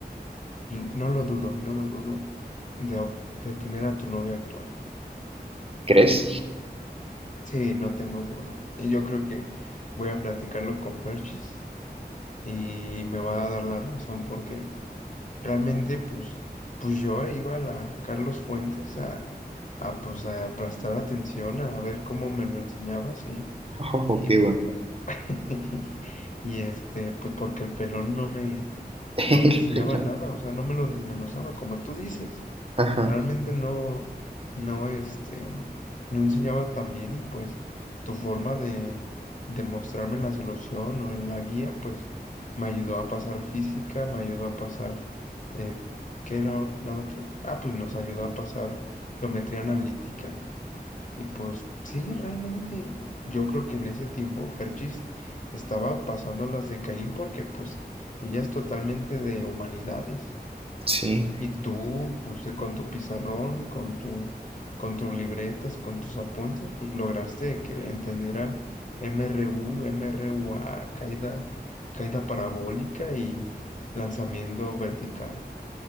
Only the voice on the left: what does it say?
No lo dudo, no lo dudo de, de tener a tu novia actual.
Sí, no tengo duda. Y yo creo que voy a platicarlo con Perchis y me va a dar la razón porque Realmente, pues, pues yo iba a la Carlos Fuentes a, a, pues, a prestar atención, a ver cómo me lo enseñabas y
y,
pu-
<laughs> y este, pues porque el pelón no me,
no me
enseñaba
nada, o sea, no me lo desmenuzaba, como tú dices.
Realmente no, no, este, no enseñaba tan bien y pues tu forma de, de mostrarme la solución o en la guía, pues me ayudó a pasar física, me ayudó a pasar, eh, ¿qué era ot- la otra? Ah, pues nos ayudó a pasar geometría analítica y pues sí, realmente yo creo que en ese tiempo Ferchis estaba pasando las de Caín porque pues ella es totalmente de humanidades.
Y tú, pues eh, con tu pizarrón, con tu, con tus libretas, con tus apuntes, pues lograste que entendiera MRU, MRUA, caída, caída parabólica y lanzamiento vertical.